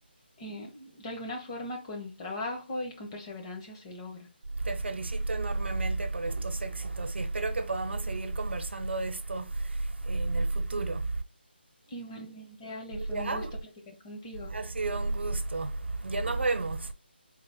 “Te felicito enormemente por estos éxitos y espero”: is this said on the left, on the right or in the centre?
Right